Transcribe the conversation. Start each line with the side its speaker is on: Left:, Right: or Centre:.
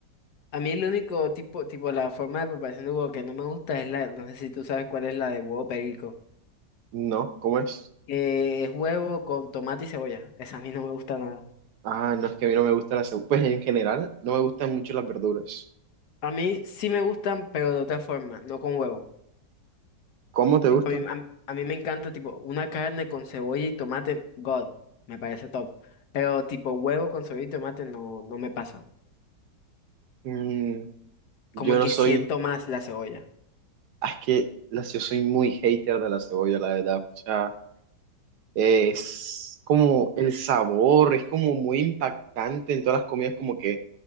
Left: A mí el único tipo, tipo, la forma de preparación de huevo que no me gusta es la, no sé si tú sabes cuál es la de huevo perico.
Right: No, ¿cómo es?
Left: Eh, es huevo con tomate y cebolla. Esa a mí no me gusta nada.
Right: Ah, no es que a mí no me gusta la cebolla. Pues en general, no me gustan mucho las verduras.
Left: A mí sí me gustan, pero de otra forma, no con huevo.
Right: ¿Cómo te
Left: Tipo,
Right: gustan?
Left: a mí, a, a mí me encanta, tipo, una carne con cebolla y tomate, God, me parece top. Pero tipo, huevo con cebolla y tomate no, no me pasa.
Right: Mm, yo
Left: Como que
Right: no soy.
Left: siento más la cebolla.
Right: ah, Es que las, yo soy muy hater de la cebolla, la verdad. O sea, es como el sabor, es como muy impactante en todas las comidas, como que